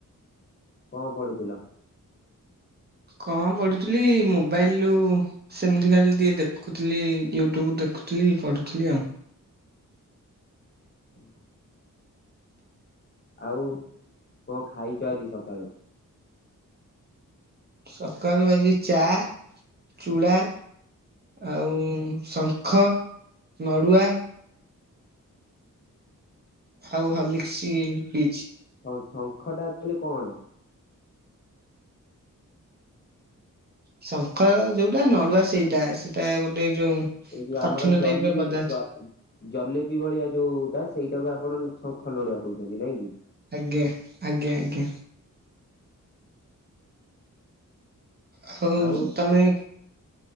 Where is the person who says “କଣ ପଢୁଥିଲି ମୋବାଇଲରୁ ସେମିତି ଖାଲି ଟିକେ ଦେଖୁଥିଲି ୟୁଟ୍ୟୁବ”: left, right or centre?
Right